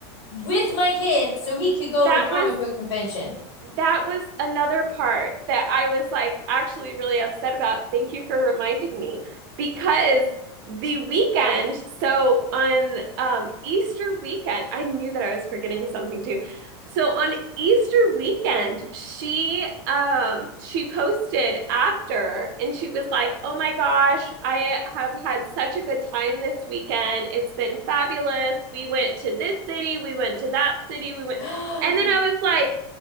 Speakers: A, on the left; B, on the right.
A: with my kid so he could go
B: That
A: to a comic
B: was
A: book convention.
B: that was another part that I was like actually really upset about. Thank you for reminding me because the weekend, so on um, Easter weekend, I knew that I was forgetting something too. So on Easter weekend, she um she posted after and she was like, "Oh my gosh, I have had such a good time this weekend. It's been fabulous. We went to this city, we went to that city, we went."
A: <gasps>
B: And then I was like,